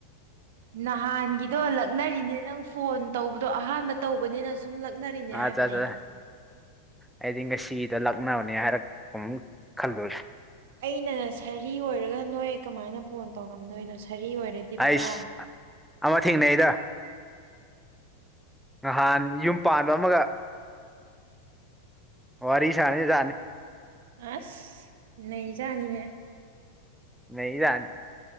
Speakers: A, on the right (about 55°); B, in the centre.
A: ꯅꯍꯥꯟꯒꯤꯗꯣ ꯂꯛꯅꯔꯤꯅꯦ ꯅꯪ ꯐꯣꯟ ꯇꯧꯕꯗꯣ ꯑꯍꯥꯟꯕ ꯇꯧꯕꯅꯤꯅ ꯁꯨꯝ ꯂꯛꯅꯔꯤꯅꯦ
B: ꯑꯥꯆꯥ
A: ꯍꯥꯏꯕꯅꯦ
B: ꯑ ꯊꯤꯡꯀ ꯁꯤꯗ ꯂꯒꯅ ꯑꯃꯅꯤꯅꯤ ꯍꯥꯏꯔꯛꯄ ꯈꯜꯂꯨꯔꯦ
A: ꯑꯩꯅ ꯁꯥꯔꯤ ꯑꯣꯏꯔꯒ ꯅꯣꯏ ꯀꯃꯥꯏꯅ ꯐꯣꯟ ꯇꯧꯔꯝꯗꯣꯏꯅꯣ ꯁ ꯁꯔꯤ ꯑꯣꯏꯔꯗꯤ ꯄꯨꯔꯥ
B: ꯑꯩꯁ ꯑꯃ ꯊꯦꯡꯅꯩꯗ ꯅꯍꯥꯟ ꯌꯨꯝ ꯄꯥꯟꯕ ꯑꯃꯒ ꯋꯥꯔꯤꯔꯤꯁꯅꯤ ꯊꯅꯤ
A: ꯑꯁ ꯅꯖꯅꯤꯅꯦ
B: ꯅ ꯂꯥꯛꯅꯤ